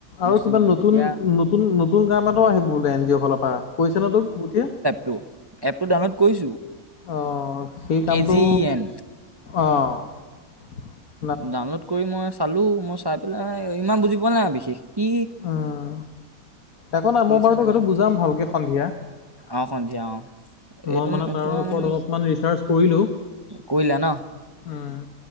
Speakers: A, on the right; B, on the left.
A: বস্তুবিলাক
B: আৰু কিবা নতুন-নতুন-নতুন
A: তেতিয়া
B: কাম এটা আহিব বোলে এন জি অ' ফালৰ পৰা, কৈছে ন তোক গুটে?
A: টো এপ টো ডাউনলোড কৰিছো।
B: অঁহ', - সেই
A: কে
B: কামটো
A: জি ই এন
B: অঁহ', -।
A: ডাউনলোড কৰি মই চালো, মই চাই পেলাই ইমান বুজি পোৱা নাই বিশেষ কি
B: উম, একো নাই,
A: কি
B: মই
A: হৈছে
B: বাৰু
A: নাজানো
B: তোক সেইটো বুজাম ভালকে সন্ধিয়া।
A: অ সন্ধিয়া অ এইটো
B: মই মানে তাৰ
A: তোমাৰ
B: ওপৰত
A: মানে
B: অলপমান ৰিচাৰ্চ কৰিলোঁ।
A: কৰিলা ন
B: উমঁ।